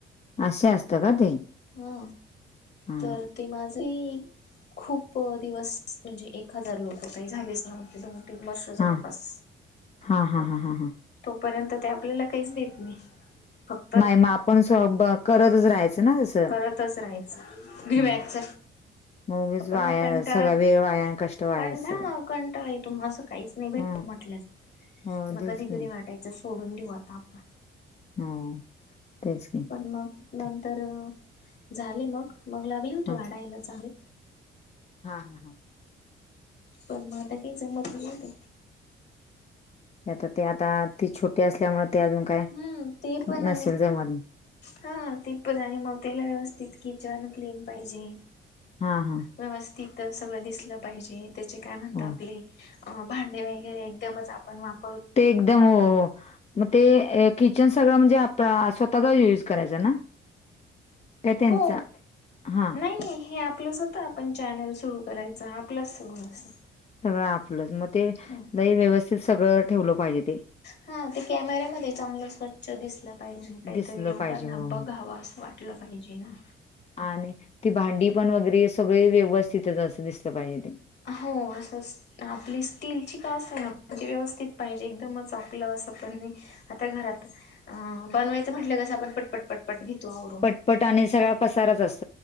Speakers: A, on the left; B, on the left.
A: असश असतं का ते
B: हा
A: हा
B: तर ते माझ खूप दिवस म्हणजे एक हजार लोक काही झालीच नव्हती दोन तन बर् शजवर
A: हा
B: पाास
A: हा हा
B: मग
A: हा हा हा
B: तोपर्यंत ते आपल्याला काहीच देत नाही फक्त
A: नाही मग आपण स्व करतच राहायचं. ना तसं
B: करतच राहायचं घि
A: ह
B: बॅगच
A: मगच
B: आपण
A: वाया
B: मग कंटाळा
A: सगळा वेळ वाया आणि कष्ट वाया
B: कंठा
A: सगळं
B: कंटाळा आहे तुम असं काहीच नाही भेटत
A: ह
B: म्हटलं
A: हो
B: मग
A: तेच
B: कधी
A: की
B: कधी वाटायचं सोडून देऊ आता आपण.
A: हम्म तेच की.
B: पण मग नंतर
A: ते-
B: झाले मग मग लागले होती
A: हा
B: वाडायायला चांगले.
A: हा हा. हा.
B: पण म आता हे जमत नहीत.
A: ते आता ते आता ती छोटी असल्यामुळे ते अजून काय
B: हम्म ते पण आणि
A: नसेल जमल.
B: हा ते पण आणि मग त्याला व्यवस्थित किचन क्लीन पाहिजे.
A: हा हा.
B: व्यवस्थित सगळं दिसलं पाहिजे त्याचे काय म्हणता
A: हो
B: आपले -- अ भांडे वगैरे एकदमच आपण वाप
A: ते एकदम मग ते एक किचन सगळं म्हणजे आप स्वतःचा युज करायचां ना. काय त्यांचा?
B: हो
A: हां,
B: नाही नाही हे आपलंसत त आपण चॅनल सुरू करायच आपलंच सगळ असं
A: सगळं आपलंच मग ते
B: हम्म.
A: लई व्यवस्थित सगळं ठेवलं पाहिजे ते.
B: हा ते कॅमेऱ्यामध्ये चांगलं स्वच्छ दिसल -ल पाहिजे काहीतरी
A: दिसलं
B: लोकांना
A: पाहिजे. हो, हो.
B: बघावं असं वाटलं पाहिजे ना.
A: आणि ती भांडी पण वगैरे सगळे व्यवस्थितच असं दिसलं पाहिजे ते.
B: हो असंच आपली स्टीलची का असना म्हणजे व्यवस्थित पाहिजे एकदमच चांगल असं पण नई आता घरात अ बनवायचं म्हटलं कसं आपण पटपट पटपट घेतो आवरुन
A: पट आणि सगळा पसारच अस